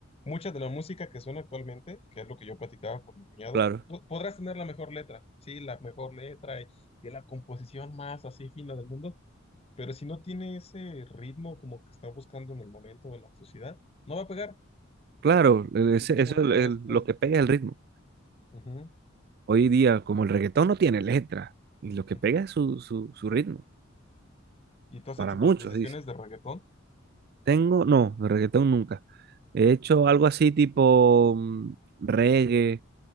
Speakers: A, on the left; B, on the right.
A: mucha de la música que suena actualmente, que es lo que yo platicaba con mi cuñado,
B: Claro,
A: po- podrás tener la mejor letra, sí, la mejor letra y, y la composición más así fina del mundo, pero si no tiene ese ritmo como que está buscando en el momento de la sociedad, no va a pegar,
B: claro, e-,
A: es
B: ese-
A: como
B: eso
A: una
B: es
A: mezcla
B: el- lo
A: ahí.
B: que pega es el ritmo.
A: Ujú.
B: Hoy día, como el reggaetón no tiene letra, y lo que
A: Ujú.
B: pega es su, su, su ritmo,
A: ¿Y tú has
B: para
A: hecho
B: muchos,
A: composiciones
B: dice.
A: de reggaetón?
B: Tengo, no, de reggaetón nunca. He hecho algo así tipo mm, reggae,